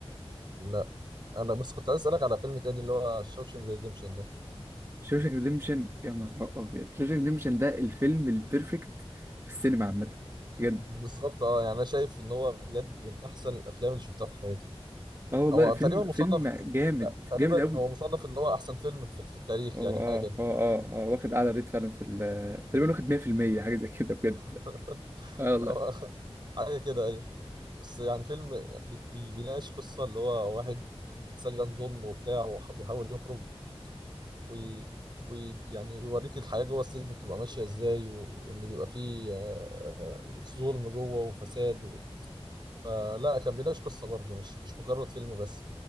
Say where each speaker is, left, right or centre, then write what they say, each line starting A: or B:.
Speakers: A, on the right; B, on the right.
A: لا انا بس كنت عايز اسالك على فيلم تاني اللي هو شوشنج ريديمشن ده
B: شوشانك ريديمشن يا نهار ابيض شوشانك ريديمشن ده الفيلم البيرفكت في السينما عامه بجد
A: بالظبط اه يعني انا شايف ان هو بجد من احسن الافلام اللي شفتها في حياتي
B: اه والله
A: هو
B: فيلم
A: تقريبا مصنف
B: فيلم جامد
A: تقريبا
B: جامد قوي
A: هو مصنف ان هو احسن فيلم في, في التاريخ
B: هو
A: يعني
B: اه
A: حاجه كده
B: هو اه اه واخد اعلى ريت فعلا في ال تقريبا واخد 100% حاجه زي كده بجد
A: <laughs>
B: اه والله
A: هو حاجه كده ايوه بس يعني فيلم بي- بي- بيناقش قصه اللي هو واحد اتسجن ظلم وبتاع وبيحاول يخرج ويعني وي يعني يوريك الحياه جوه السجن بتبقى ماشيه ازاي و- وان بيبقى فيه آه، آه، ظلم جوه وفساد و... فلا كان بيناقش قصه برضه مش مش مجرد فيلم بس